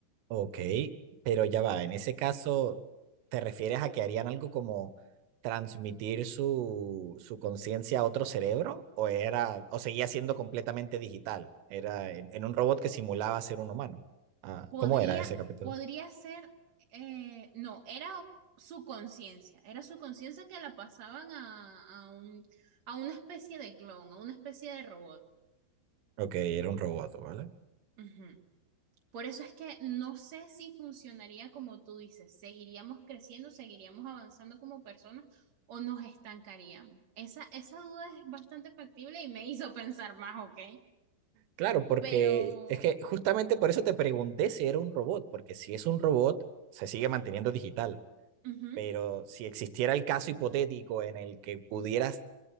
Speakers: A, on the right (about 85°); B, on the right (about 40°).
A: Ok, pero ya va, en ese caso, ¿te refieres a que harían algo como transmitir su, su conciencia a otro cerebro? ¿O era, o seguía siendo completamente digital? Era en, en un robot que simulaba ser un humano. Ah,
B: Podría,
A: ¿cómo era ese capítulo?
B: podría ser, eh, no, era su conciencia, era su conciencia que la pasaban a, a un, a una especie de clon, a una especie de robot.
A: Ok, era un robot, ¿vale?
B: Ujú. Por eso es que no sé si funcionaría como tú dices, seguiríamos creciendo, seguiríamos avanzando como personas o nos estancaríamos. Esa, esa duda es bastante factible y me hizo pensar más, ¿ok?
A: Claro, porque
B: Pero,
A: es que justamente por eso te pregunté si era un robot, porque si es un robot, se sigue manteniendo digital,
B: ujú,
A: pero si existiera el caso hipotético en el que pudieras